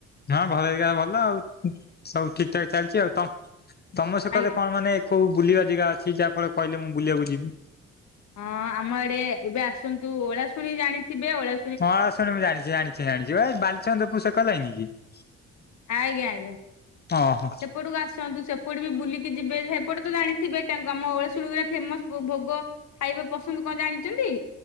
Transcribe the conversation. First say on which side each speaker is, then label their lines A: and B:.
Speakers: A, on the left (about 35°); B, on the left (about 70°).
A: ହଁ ଘରେ ଏଇଆ ଭଲ ଆଉ ସବୁ ଠିକ ଠାକ ଚାଲିଚି ଆଉ। ତମ ସେକରେ
B: ଆଜ୍ଞା।
A: କଣ ମାନେ କୋଉ ବୁଲିବା ଜାଗା ଅଛି ଯାହା ଫଳରେ କହିଲେ ମୁଁ ବୁଲିବାକୁ ଯିବି।
B: ହଁ ଆମ ଆଡ଼େ ଏବେ ଆସନ୍ତୁ ଓଳାଶୁଣି ଜାଣିଥିବେ ଓଳା
A: <unintelligible> ମୁଁ ଜାଣିଚି ଜାଣିଚି ଜାଣିଚି ପା ଏଇ ବାଲିଚନ୍ଦ୍ରପୁର ସେ କର ଲାଇନ କି?
B: ଆଜ୍ଞା ଆଜ୍ଞା
A: ଓହୋ
B: ସେପଟକୁ ଆସନ୍ତୁ ସେପଟେ ବି ବୁଲିକି ଯିବେ। ସେପଟେ ତ ଜାଣିଥିବେ ତାଙ୍କୁ ଆମ ଓଳସୁଣୀରେ ଫେମସ ଭୋଗ ଖାଇବା ପସନ୍ଦ କଣ ଜାଣିଚନ୍ତି?